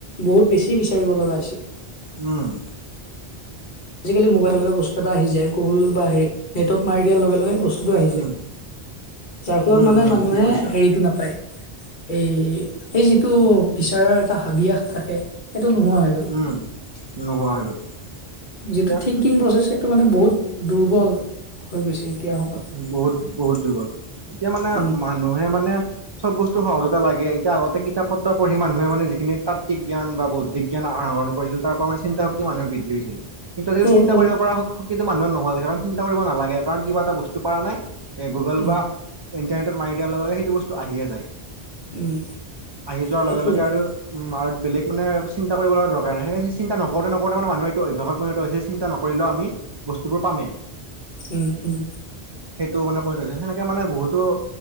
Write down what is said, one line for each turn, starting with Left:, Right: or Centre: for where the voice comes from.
Left: বহুত বেছি বিচাৰিব লগা হৈছিল।
Right: উম।
Left: আজিকালি মোবাইল লগে লগে বস্তু এটা আহি যায় গুগুল বা হেৰি নেটত মাৰি দিয়াৰ লগে লগে বস্তু- টো আহি
Right: উম
Left: যায়। যাৰ ফলত
Right: উম
Left: মানে
Right: উম
Left: মানুহে
Right: ঠিক কৈছা
Left: হেৰিটো নাপায়- এই এই যিটো বিচাৰাৰ এটা হাবিয়াস থাকে সেইটো নোহোৱা হৈ গ'ল।
Right: উম, নোহোৱা হৈ গ'ল। এতিয়া
Left: যিটো থিংকিং প্ৰচেছ সেইটো মানে বহুত দুৰ্বল হৈ গৈছে এতিয়াৰ সম-
Right: বহুত বহুত দুৰ্বল। এতিয়া মানে
Left: উম
Right: মানুহে মানে- চব বস্তু সহজতে লাগে। এতিয়া আগতে কিতাপ পত্ৰ পঢ়ি মানুহে মানে যিখিনি তাত্ত্বিক জ্ঞান বুদ্ধ- বিজ্ঞান আহৰণ কৰিছিল তাৰ পৰা মানে চিন্তা শক্তি মানুহে বৃদ্ধি হৈছিল। কিন্তু আজিকালি
Left: উম
Right: চিন্তা
Left: উম
Right: কৰিব পৰা শক্তিটো মানুহে নোহোৱা হৈ গৈছে। কাৰণ চিন্তা কৰিব নালাগে, কাৰণ কিবা এটা বস্তু পৰা নাই- এ গুগল
Left: উম
Right: বা ইণ্টাৰনেটত মাৰি দিয়াৰ লগে লগে সেইটো বস্তু আহিয়ে যায়।
Left: উম
Right: আহি যোৱাৰ
Left: সেইটোৱে
Right: লগে লগে আৰু- উম আৰু বেলেগ মানে চিন্তা কৰিব লগা দৰকাৰ নাই। সেনেকে চিন্তা নকৰোতে নকৰোতে মানে মানুহ এইটো অভ্যাসত পৰিণত হৈছে- চিন্তা নকৰিলেও আমি বস্তুবোৰ পামেই।
Left: উম, উম।
Right: সেইটোও মানে কৰি থৈছে। সেনেকে মানে বহুতো-